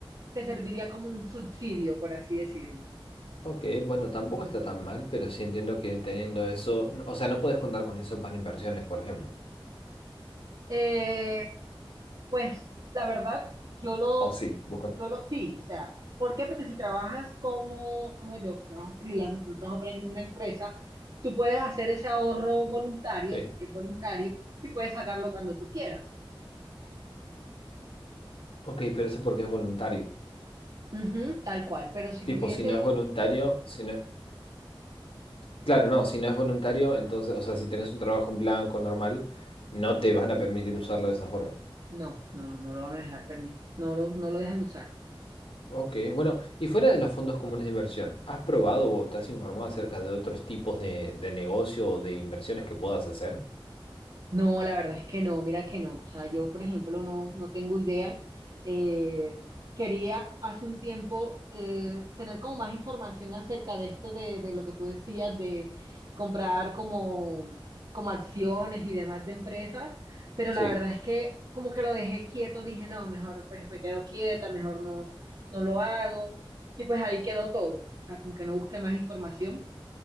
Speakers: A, on the right; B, on the left.
A: te serviría como un subsidio, por así decirlo.
B: Ok, bueno, tampoco está tan mal, pero sí entiendo que teniendo eso, n- o sea, no puedes contar con eso para inversiones, por ejemplo.
A: Eh, pues la verdad, yo lo,
B: O sí, vos contás.
A: yo lo, sí, o sea, ¿por qué? Porque si trabajas como, como yo, que trabajo freelance, no trabajo para ninguna empresa, tú puedes hacer ese ahorro voluntario,
B: Sí.
A: que es voluntario, y puedes sacarlo cuando tú quieras.
B: Ok, pero eso porque es voluntario.
A: Ujú, tal cual, pero si
B: Tipo,
A: tuviese,
B: si no es voluntario, si no... Claro, no, si no es voluntario, entonces, o sea, si tenés un trabajo en blanco normal, no te van a permitir usarlo de esa forma.
A: no, no, no, no lo van a dejar permitir, no lo, no lo dejan usar.
B: Ok, bueno, y fuera de los fondos comunes de inversión, ¿has probado o te has informado acerca de otros tipos de, de negocio o de inversiones que puedas hacer?
A: No, la verdad es que no, mira que no. O sea, yo, por ejemplo, no, no tengo idea. Eh, quería hace un tiempo eh, tener como más información acerca de esto, de, de lo que tú decías, de comprar como, como acciones y demás de empresas, pero
B: Sí,
A: la verdad es que como que lo dejé quieto, dije, no, mejor pues me quedo quieta, mejor no, no lo hago. Y pues ahí quedó todo. O sea, como que no busqué más información.